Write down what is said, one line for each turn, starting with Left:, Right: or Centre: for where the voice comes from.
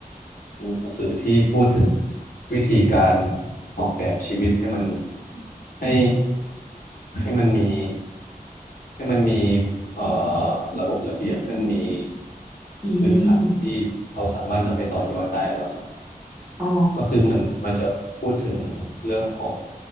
Left: หนังสือที่พูดถึงวิธีการออกแบบชีวิตให้มันให้ให้มันมีให้มันมีเอ่อระบบระเบียบให้มันมี
Right: อืม
Left: พื้นฐานที่เราสามารถนำไปต่อยอดได้อะไรประมาณนี้
Right: อ๋อ
Left: ก็คือมันมันจะพูดถึงเรื่องของ